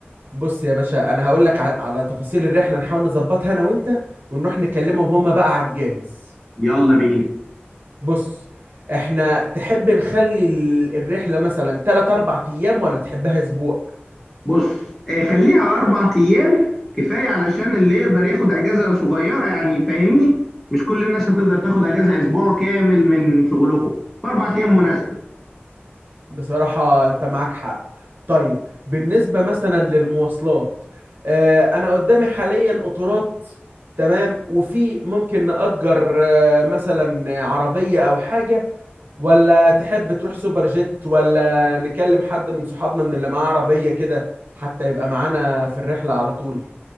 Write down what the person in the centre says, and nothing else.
يلا بينا
بص آه، خليها اربع ايام كفايه علشان اللي يقدر ياخد اجازه صغيره يعني فاهمني مش كل الناس هتقدر تاخد اجازه اسبوع كامل من شغلهم فاربع ايام مناسبه